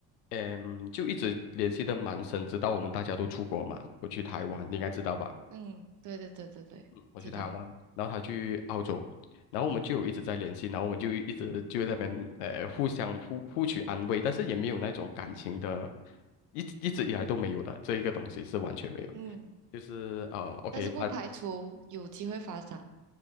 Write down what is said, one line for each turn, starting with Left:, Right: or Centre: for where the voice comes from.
Left: 嗯，就一直联系的蛮深，直到我们大家都出国嘛，我去台湾，你应该知道吧？
Right: 嗯对对对对对，
Left: 嗯，我去台湾，
Right: 知道，
Left: 然后他去澳洲，然后我们就有一直在联系，然后我们就一直就在那边呃互相互互取安慰，但是也没有那种感情的，一直一直以来都没有的，这一个东西是完全没有。
Right: 嗯
Left: 就是呃，OK，
Right: 但是不排除有机会发展。
Left: 他